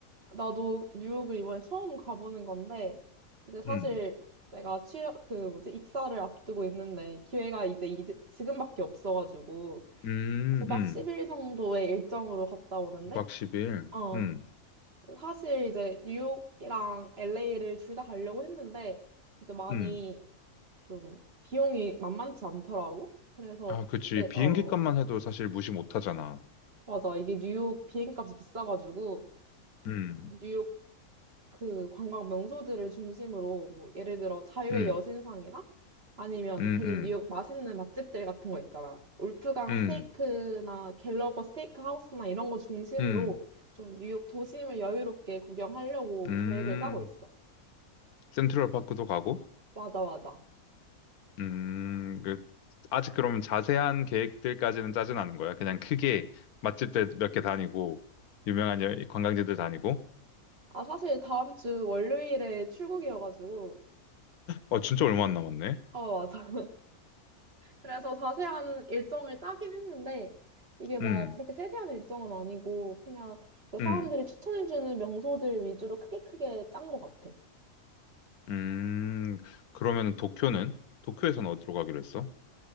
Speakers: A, on the right; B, on the left.
A: 나도 뉴욕을 이번에 처음 가보는 건데, 이제 사실
B: 음,
A: 내가 취업, 그 뭐지, 입사를 앞두고 있는데, 기회가 이제, 이제 지금밖에 없어가지고,
B: 음,
A: 9박
B: 음.
A: 10일 정도의 일정으로 갔다 오는데,
B: 9박 10일.
A: 어,
B: 음,
A: 사실 이제 뉴욕이랑 LA를 둘 다 가려고 했는데, 이제 많이
B: 음.
A: 좀 비용이 만만치 않더라고. 그래서,
B: 아, 그치.
A: 이제,
B: 비행기
A: 어,
B: 값만 해도 사실 무시 못 하잖아.
A: 맞아. 이게 뉴욕 비행값이 비싸가지고,
B: 음,
A: 뉴욕 그 관광 명소들을 중심으로 뭐 예를 들어 자유의
B: 음,
A: 여신상이나 아니면
B: 음,
A: 되게
B: 음,
A: 뉴욕 맛있는 맛집들 같은 거 있잖아. 울프강
B: 음,
A: 스테이크나 갤러거 스테이크 하우스나 이런 거 중심으로
B: 음,
A: 좀 뉴욕 도심을 여유롭게 구경하려고
B: 음.
A: 계획을 짜고 있어.
B: 센트럴 파크도 가고,
A: 맞아, 맞아.
B: 음, 그, 아직 그러면 자세한 계획들까지는 짜진 않은 거야. 그냥 크게 맛집들 몇 개 다니고, 유명한 여- 관광지들 다니고.
A: 아, 사실 다음 주 월요일에 출국이어가지고.
B: 어, 진짜 얼마 안 남았네.
A: 어, 맞아. 그래서 자세한 일정을 짜긴 했는데, 이게 막
B: 음,
A: 그렇게 세세한 일정은 아니고, 그냥 그 사람들이
B: 음,
A: 추천해주는 명소들 위주로 크게 크게 짠 것 같아.
B: 음. 그러면 도쿄는? 도쿄에서는 어디로 가기로 했어?